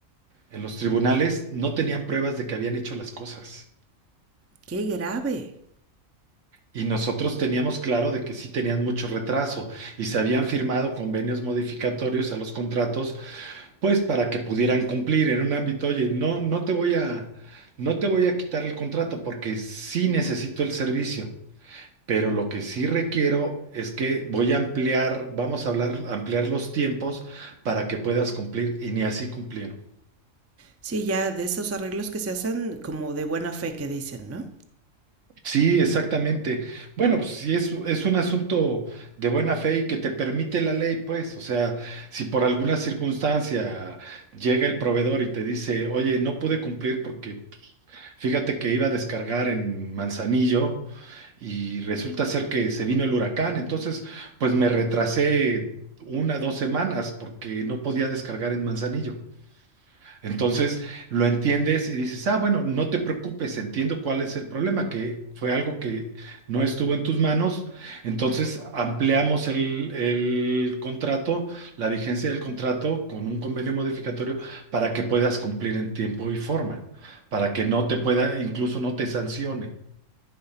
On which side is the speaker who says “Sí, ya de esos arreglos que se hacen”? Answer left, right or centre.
Right